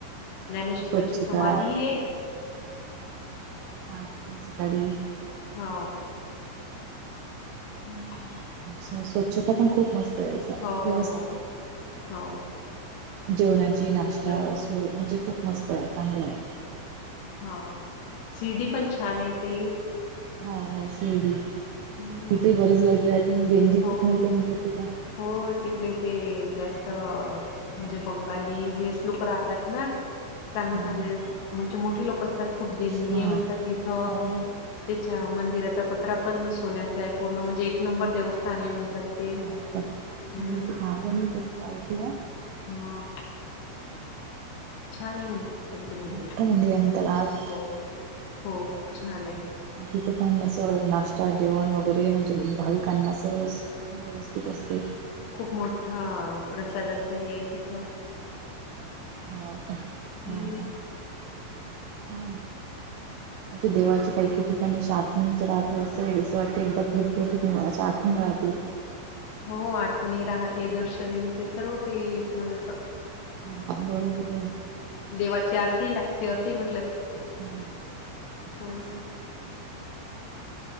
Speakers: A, on the left (about 85°); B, on the right (about 80°).
A: ज्ञानेश्वरांची
B: स्वच्छता
A: समाधी ये.
B: आरती सकाळी.
A: हो हम्म.
B: स्व स्वच्छता पण खूप मस्त. त्यायच
A: हो
B: व्यवस्थित
A: हो
B: ये.
A: हो
B: जेवणाची, नाश्ता
A: जेवण
B: सोय म्हणजे खूप मस्त आहे चांगल आहे.
A: हां शिर्डी पण छान आहे ती.
B: हां हां शिर्डी
A: हम्म.
B: तिथे बरीच गर्दी राहते देणगी
A: हो
B: खूप मिळते म्हणतात तिथ.
A: हो तिकडे ते जास्त म्हणजे बंगाली हेच लोक राहतात ना. चांगले
B: हा
A: चांगले
B: हा
A: म्हणजे मोठे लोक असतात, खूप देणगी
B: हा
A: आहे म्हणतात तिथ.
B: हो ना
A: त्याच्या मंदिराचा पत्रा पण सोन्याचा आहे पूर्ण, म्हणजे एक नंबर देवस्थान आहे म्हणतात ते.
B: हो का
A: हम्म
B: मी तर खांब <unintelligible> त्याचच ऐकल.
A: हां. छान आहे म्हणतात ते मंदिर.
B: मोठं आहे म्हणतात आत
A: हो हो खूप छान आहे.
B: तिथ पण अस नाश्ता, जेवण वगैरे म्हणजे भाविकांना सर्वच व्यवस्थित असते.
A: खूप मोठा प्रसादाच हे आहे तिथ.
B: हो का हां
A: हम्म.
B: हां हो. <inaudible> देवाची काही काही ठिकाणी अशी आठवणीची राहते अस वाटतय एकदा भेट देली की अस आठवण राहते.
A: हो आठवणही राहते दर्शनही होते सर्व काही समज अस.
B: हां बरोबरय.
A: देवाची आसही लागते असही म्हंटल
B: हां तेच
A: असं
B: ना.